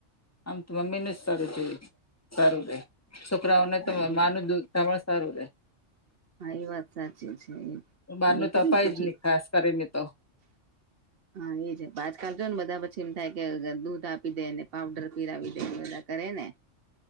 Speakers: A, on the left (about 15°); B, on the right (about 55°).
A: આમ તો મમ્મી ને જ સારું જો સારું રહે છોકરાઓને
B: હા
A: તો
B: એ
A: માનું દૂધ તમાર સારું રહેે.
B: મારી વાત સાચી છે
A: બહારનું
B: મેકીઘુ
A: અપાય
B: તો પછી.
A: જ નહી ખાસ કરીને તો
B: હા એ છે પાજકા જો ને બધા પછી એમ થાય કે દૂધ આપી દેને પાવડર પીરાવી દે બધા કરે ને